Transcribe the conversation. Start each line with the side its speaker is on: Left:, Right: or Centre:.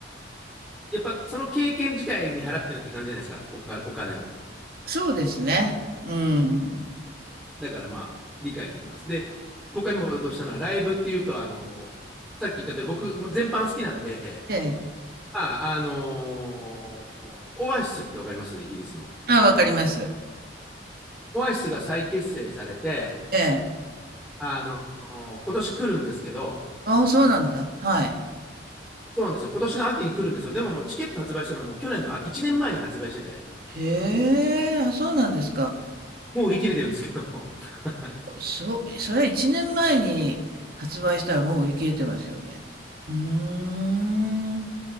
Centre: やっぱその経験自体に払ってるって感じじゃないですか。お金、お金を。
Right: そうですね。うん。
Centre: だからまあ、理解できます。で、僕が今言おうとしたのは、ライブっていうと、あの、さっき言った通り、僕、全般好きなんで、
Right: ええ。
Centre: まあ、あのーオアシスってわかりますイギリスの。
Right: あ、わかります。
Centre: オアシスが再結成されて、
Right: ええ。
Centre: あのー、今年来るんですけど、
Right: あそうなんだ。はい。
Centre: そうなんですよ。今年の秋に来るんですよ。でももうチケット発売したのがもう去年のあ1年前に発売してて、
Right: へえ、あ、そうなんですか。
Centre: もう売り切れてるんですけど <laughs>、
Right: そ、それは1年前に発売したらもう売り切れてますよね。うーん。